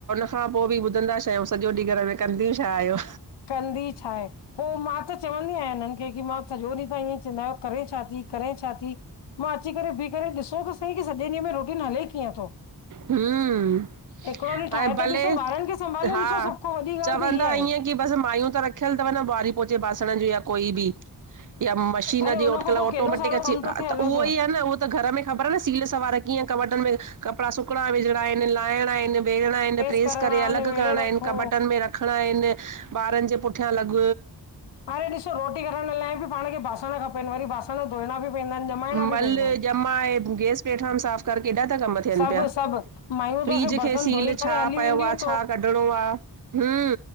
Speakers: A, on the right (about 50°); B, on the left (about 80°).
A: <unintelligible> खां पो बि ॿुधंदा छा आहियूं सॼो ॾींह घर में कंदियूं छा आयो।
B: कंदी छा आहे? पोइ मां त चवंदी आहियां हिननि खे की मां सॼो ॾींहुं त इअं चिल्लाय़ो करे छा थी करे छा थी? मां अची करे बींही करे ॾिसो त सही की सॼे ॾींहं में रूटीन हले कीअं थो?
A: हूं,
B: हिकिड़ो ॾींहुं
A: ऐं
B: ठाहे
A: भले
B: त ॾिसो ॿारनि खे संभाले
A: हा
B: ॾिसो सभ खां वॾी ॻाल्हि
A: चवंदा
B: त इहा
A: ईअं
B: आहे
A: ही कि बसि मायूं त रखियल तव ॿुआरी पोचे बासण जो या कोई बि। या मशीन
B: अरे
A: जी
B: हुन
A: अॼु कल्ह
B: खां पोइ
A: ऑटोमेटिक
B: केॾो सारो
A: अची
B: कमु
A: आ
B: थो थिए
A: त
B: अलॻि
A: उहो ई आहे न उहो त घर में ख़बर आ न सील सवार कीअं कॿट में कपड़ा सुकणा विझणा आहिनि लहिणा आहिनि। वेरहणा आहिन, प्रेस
B: करणा
A: करे अलग
B: निवेड़े
A: करणा आहिन
B: रखो
A: कॿट में रख रखणा आहिन, ॿारनि जे पुठियां लॻ।
B: अरे ॾिसो रोटी कराइण लाइ बि पाण खे बासण खपेनि वरी बासण धोइणा बि पवंदा आहिनि जमाइणा
A: मले
B: बि पवंदा आहिनि
A: ॼमाए गैस प्लेटफाॉरम साफ़ कर केॾा था कम थियनि
B: सभु
A: पिया,
B: सभु मायूं
A: फ्रीज
B: त सिर्फ बर्तन
A: खे सील
B: धोई करे
A: छा
B: हली
A: पयो
B: वेंदियूं
A: आहे छा कढणो आ। हूं